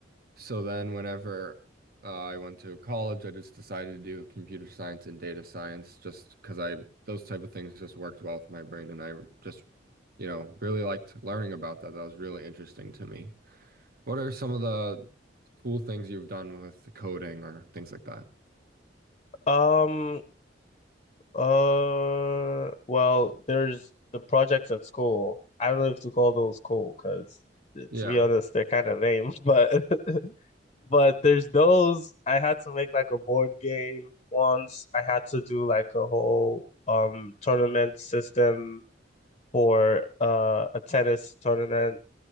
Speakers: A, on the right; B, on the left.
A: So then whenever uh, I went to college, I just decided to do computer science and data science just because I those type of things just worked well with my brain and I just, you know, really liked learning about that. That was really interesting to me. What are some of the cool things you've done with coding or things like that?
B: Um, uh, well, there's the projects at school. I don't know if to call those cool because to
A: Yeah.
B: be honest, they're kind of lame, <laughs> but <laughs> but there's those. I had to make like a board game once. I had to do like a whole um tournament system for uh a tennis tournament